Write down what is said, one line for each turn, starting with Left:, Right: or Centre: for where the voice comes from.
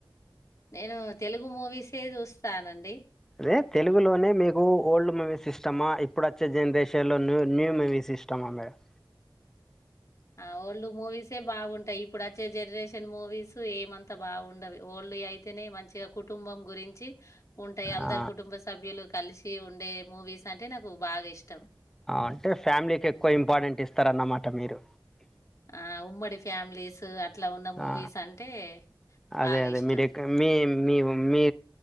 Left: నేను తెలుగు మూవీసే చూస్తానండి
Centre: అదే తెలుగులోనే మీకు ఓల్డ్ మూవీసిస్టమ్మా ఇప్పుడు వచ్చే జనరేషన్లో న్యూ న్యూ మువీస్ ఇష్టమా మేడమ్
Left: ఆ ఓల్డ్ మూవీసే బాగుంటాయి ఇప్పుడు వచ్చే జనరేషన్ మూవీస్ ఏమంతా బాగుండవి ఓల్డ్ అయి తేనే మంచిగా కుటుంబం గురించి ఉంటాయి అందరు
Centre: ఆ,
Left: కుటుంబ సభ్యులు కలిసి ఉండే మూవీస్ అంటే నాకు బాగా ఇష్టం
Centre: అంటే ఫ్యామిలీకి ఎక్కువ ఇంపార్టెంట్ ఇస్తారన్నమాట మీరు
Left: ఆ ఉమ్మడి ఫ్యామిలీస్ అట్లా ఉన్న మూవీస్
Centre: ఆ
Left: అంటే
Centre: అదే
Left: బాగా
Centre: అదే
Left: ఇష్టం
Centre: మీరే మీ మీ మీ